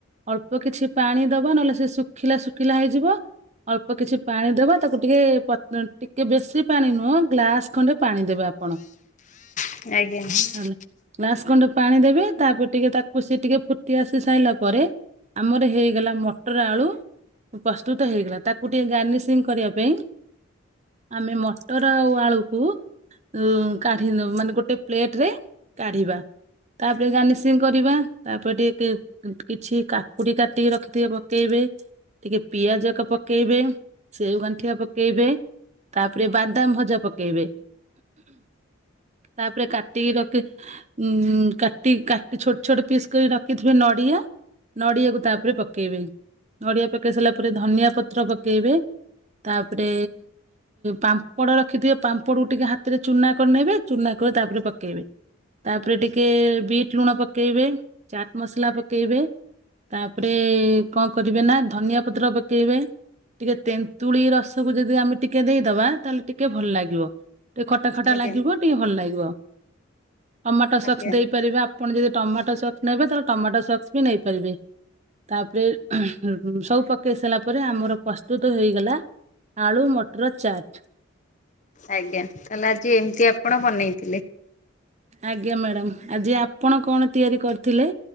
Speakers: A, on the right (about 35°); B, on the left (about 35°).
A: ଅଳ୍ପ କିଛି ପାଣି ଦବା। ନହେଲେ ସେ ଶୁଖିଲା ଶୁଖିଲା ହେଇଯିବ। ଅଳ୍ପ କିଛି ପାଣି ଦବା ତାକୁ ଟିକେ ପତ୍- ଟିକେ ବେଶୀ ପାଣି ନୁହଁ, ଗ୍ଲାସ ଖଣ୍ଡେ ପାଣି ଦେବେ ଆପଣ।
B: ଆଜ୍ଞା।
A: ହେଲା ଗ୍ଲାସ ଖଣ୍ଡେ ପାଣି ଦେବେ। ତାପରେ ଟିକେ ତାକୁ ସେ ଟିକେ ଫୁଟି ଆସି ସାରିଲା ପରେ ଆମର ହେଇଗଲା ମଟର ଆଳୁ ପ୍ରସ୍ତୁତ ହେଇଗଲା। ତାକୁ ଟିକେ ଗାର୍ନିସିଂ କରିବା ପାଇଁ ଆମେ ମଟର ଆଉ ଆଳୁକୁ, ଏ କାଢି ନ-ମାନେ ଗୋଟେ ପ୍ଲେଟ ରେ କାଢିବା। ତାପରେ ଗାର୍ନିସିଂ କରିବା। ତାପରେ ଟିକେ କିଛି କାକୁଡି କାଟିକି ରଖି ଥିବେ ପକେଇବେ ଟିକେ ପିଆଜାକ ପକେଇବେ। ସେଉ ଗାଣ୍ଠିଆ ପକେଇବେ ତାପରେ ବାଦାମ ଭଜା ପକେଇବେ। ତାପରେ କାଟିକି ରଖ ଉ କାଟି କାଟି ଛୋଟ ଛୋଟ ପିସ୍ କରି ରଖିଥିବେ ନଡିଆ ନଡ଼ିଆକୁ ତାପରେ ପକେଇବେ, ନଡ଼ିଆ ପକେଇ ସାରିଲା ପରେ ଧନିଆ ପତ୍ର ପକେଇବେ। ତାପରେ ପାମ୍ପଡ ରଖିଥିବେ ପାମ୍ପଡ କୁ ଟିକେ ହାତରେ ଚୁନା କରିନେବେ। ଚୁନା କରି ତାପରେ ପକେଇବେ। ତାପରେ ଟିକେ ବିଟ୍ ଲୁଣ ପକେଇବେ, ଚାଟ୍ ମସଲା ପକେଇବେ। ତାପରେ କଣ କରିବେ ନା ଧନିଆ ପତ୍ର ପକେଇବେ। ଟିକେ ତେନ୍ତୁଳି ରସକୁ ଯଦି ଆମେ ଟିକେ ଦେଇଦବା ତାହେଲେ ଟିକେ ଭଲ ଲାଗିବ। ଟିକେ ଖଟା ଖଟା
B: ଆଜ୍ଞା ଆଜ୍ଞା
A: ଲାଗିବ ଟିକେ ଭଲ ଲାଗିବ। ଟମାଟୋ ସକ୍ସ
B: ଆଜ୍ଞା
A: ଦେଇପାରିବେ, ଆପଣ ଯଦି ଟମାଟୋ ସକ୍ସ ନେବେ ତାହେଲେ ଟମାଟୋ ସକ୍ସ ବି ନେଇପାରିବେ। ତାପରେ ସବୁ ପକେଇ ସାରିଲା ପରେ ଆମର ପ୍ରସ୍ତୁତ ହେଇଗଲା ଆଳୁ ମଟର ଚାଟ୍।
B: ଆଜ୍ଞା ତାହେଲେ ଆଜି ଏମିତି ଆପଣ ବନେଇଥିଲେ?
A: ଆଜ୍ଞା ମ୍ୟାଡ଼ାାମ ଆଜି ଆପଣ କଣ ତିଆରି କରିଥିଲେ